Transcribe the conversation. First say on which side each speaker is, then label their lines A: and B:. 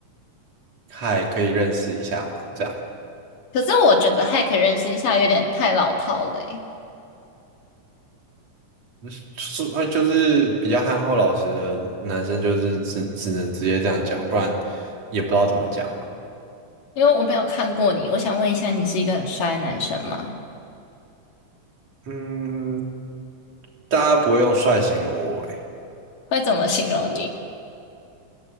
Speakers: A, on the right (about 50°); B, on the left (about 80°).
A: 嗨，可以认识一下嘛，这样。
B: 可是我觉得还可以认识一下，有点太老套了欸
A: 嗯就是呃，就是比较憨厚老实的男生，就是只只能直接这样讲，不然也不知道怎么讲啊。
B: 因为我没有看过你。我想问一下，你是一个很帅的男生吗？
A: 嗯，大家不会用帅形容我诶。
B: 会怎么形容你？